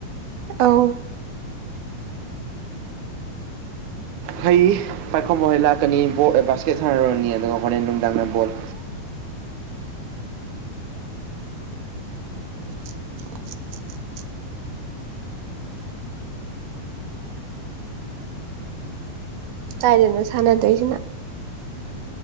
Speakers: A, on the right (about 85°); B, on the right (about 70°).
A: ꯑꯧ
B: ꯍꯩ ꯄꯥꯏꯈꯣꯝꯕꯍꯩ ꯂꯥꯛꯀꯅꯤ ꯕꯥꯁꯀꯦꯠ ꯁꯥꯟꯅꯔꯨꯔꯅꯤ ꯑꯗꯨꯒ ꯍꯣꯔꯦꯟ ꯅꯨꯡꯗꯥꯡꯅ ꯕꯣꯜ
A: <inaudible> ꯀꯥꯏꯗꯅꫭ ꯁꯥꯟꯅꯗꯣꯏꯁꯤꯅ